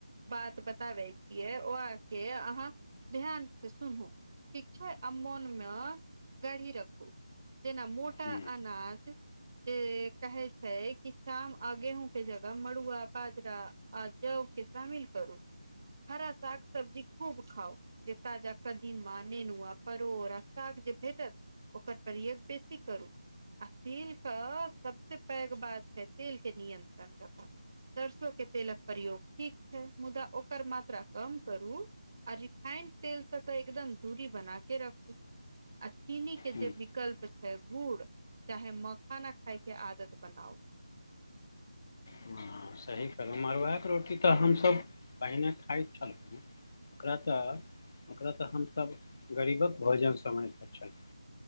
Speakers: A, on the right; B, on the left.
A: बात बताबै छियै ओ अहाँ के अहाँ ध्यान से सुनू। ठीक छै आ मोन में गढ़ी रखू जेना मो टा
B: हुँ,
A: अनाज जे कहै छै छै कि धान आ गेहूँं के जगह मड़ुआ बाजरा आ जौव के शामिल करू। हरा साग सब्जी खूब खाउ जेता ज कदीमा नेनुआ परोरा आ साग जे भेटत ओकर प्रयोग बेसी करू आ तेल तऽ सबसे पैघ बात छै तेल के नियंत्रण करु। सरसो के तेलक प्रयोग ठीक छै मुदा ओकर मात्रा कम करू। आ रिफाइंड तेलसँ तऽ एकदम दूरी बनाके रखू। आ चीनी के
B: हुँ,
A: जे विकल्प छै गुड़ चाहे मखाना खाय के आदत बनाउ।
B: हँ सही कलहुँ मड़ुआके रोटी तऽ हमसभ पहिने खाइत छलहु। ओकरा तऽ ओकरा तऽ हमसब गरीबक भोजन समझईत छलहु।